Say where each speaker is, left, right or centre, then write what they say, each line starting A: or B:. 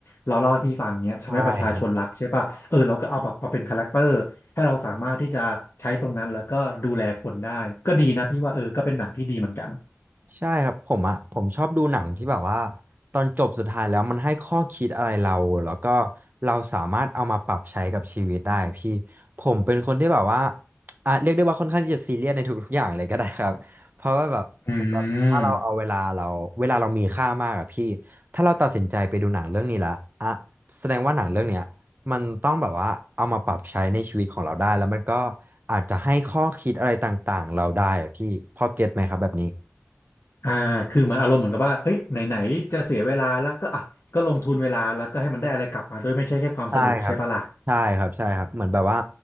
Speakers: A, on the left; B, on the right.
A: เราเล่าให้พี่ฟังเนี้ยทำให้ประชาชนรักใช่ป่ะเออเราก็เอาแบบมาเป็นคาแรคเตอร์ให้เราสามารถที่จะใช้ตรงนั้นแล้วก็ดูแลคนได้ก็ดีนะพี่ว่าเออก็เป็นหนังที่ดีเหมือนกัน
B: ใช่ ใช่ครับผมอ่ะผมชอบดูหนังที่แบบว่าตอนจบสุดท้ายแล้วมันให้ข้อคิดอะไรเราแล้วก็เราสามารถเอามาปรับใช้กับชีวิตได้พี่ผมเป็นคนที่แบบว่าอ่ะเรียกได้ว่าค่อนข้างที่จะซีเรียสในทุกๆอย่างเลยก็ได้ครับเพราะว่าแบบเหมือนแบบถ้าเราเอาเวลาเราเวลาเรามีค่ามากอะพี่
A: อืม
B: ถ้าเราตัดสินใจไปดูหนังเรื่องนี้ละอ่ะแสดงว่าหนังเรื่องเนี้ยมันต้องแบบว่าเอามาปรับใช้ในชีวิตของเราได้แล้วมันก็อาจจะให้ข้อคิดอะไรต่างๆเราได้อะพี่พอเก็ตไหมครับแบบนี้
A: อ่าคือมันอารมณ์เหมือนกับว่าเฮ้ยไหนๆจะเสียเวลาแล้วก็อ่ะก็ลงทุนเวลาแล้วก็ให้มันได้อะไรกลับมาโดยไม่ใช่แค่ความสนุกใช่ปะล่ะ
B: ใช่ครับใช่ครับใช่ครับเหมือนแบบว่า